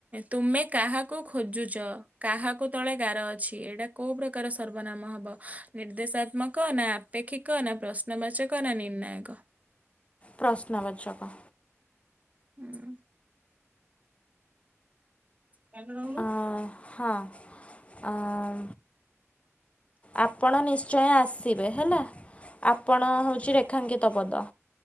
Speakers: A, on the right (about 30°); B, on the left (about 25°).
A: ତୁମେ କାହାକୁ ଖୋଜୁଛ କାହାକୁ ତଳେ ଗାର ଅଛି ଏଇଟା କୋଉ ପ୍ରକାର ସର୍ବନାମ ହବ, ନିର୍ଦ୍ଦେଶାତ୍ମକ ନା ଆପେକ୍ଷିକ ନା ପ୍ର୍ ପ୍ରଶ୍ନ ବାଚକ ନା ନିର୍ଣ୍ନାୟକ?
B: ପ୍ରଶ୍ନବାଚକ।
A: ହୁଁ। <unintelligible>
B: ଅ, ହଁ, ଆଁ ଆପଣ ନିଶ୍ଚୟ ଆସିବେ ହେଲା ଆପଣ ହଉଛି ରେ ଖାଙ୍କିତ ପଦ